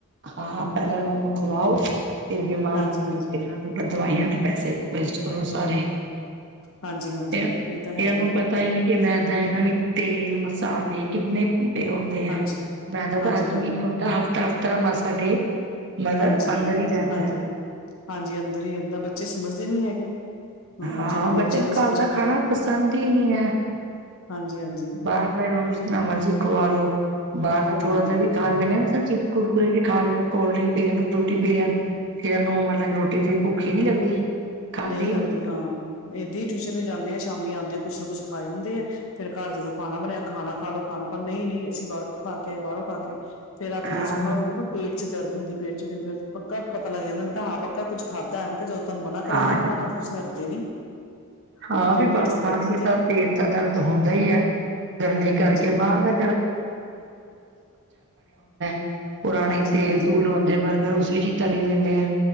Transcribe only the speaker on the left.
ਹਾਂਜੀ
ਹਾਂਜੀ
ਹਾਂਜੀ ਹਾਂਜੀ
ਇਹ ਤਾਂ ਹੈ
ਹੀ
ਹੈ
ਹਾਂਜੀ
ਹਾਂਜੀ
ਹਾਂਜੀ
ਹਾਂਜੀ
ਹਾਂਜੀ ਹਾਂਜੀ ਅੰਦਰ ਈ ਅੰਦਰ ਬੱਚੇ ਸਮਝਦੇ ਨੀ ਹੈਗੇ।
ਜਿੰਨਾ ਮਰਜ਼ੀ
ਨਾਲ
ਸਮਝਾ
ਲੋ
ਹਾਂਜੀ ਹਾਂਜੀ
ਹਾਂ
ਨਈ ਲੱਗਦੀ
ਹਾਂ, ਏਦਾਂ ਈ ਟਿਊਸ਼ਨ ਤੇ ਜਾਂਦੇ ਆ ਸ਼ਾਮੀ ਆਂਦੇ ਕੁਛ ਨਾ ਕੁਛ ਖਾਯ ਆਂਦੇ ਐ। ਫੇਰ ਘਰ ਜਦੋਂ ਖਾਣਾ ਬਣਿਆ ਖਾਣਾ ਖਾ ਲਓ, ਖਾਣਾ ਖਾ ਲੋ। ਨਈ-ਨਈ ਅਸੀ ਬਾਰੋਂ ਖਾ ਕੇ ਆਏ, ਬਾਰੋਂ ਖਾ ਕੇ ਆਏ। ਫੇਰ ਰਾਤੀ
ਜਦੋਂ ਸੋਨਾ ਹੋਵੇ ਨਾ ਪੇਟ 'ਚ ਦਰਦ ਹੁੰਦੀ, ਪੇਟ 'ਚ ਫੇਰ ਮੈਂ ਪਕਾ ਪਤਾ ਲੱਗ ਜਾਂਦਾ। ਮੈਂ ਕੇਆ ਹਾਂ ਪੱਕਾ ਕੁੱਛ ਖਾਦਾ ਐ। ਮੈਂ ਕੇਆ ਜਦੋ ਤੁਆਨੂੰ ਮੰਨ ਕਰੋ
ਨਈ
ਖਾਨਾ, ਤੁਸੀ ਹਟਦੇ ਨੀ।
ਹੁਣ
ਪੇਟ
ਚ
ਦਰਦ ਹੁੰਦੀ
ਹੈ
ਹਾਂਜੀ
ਹਾਂਜੀ
ਹਾਂਜੀ
ਹਾਂਜੀ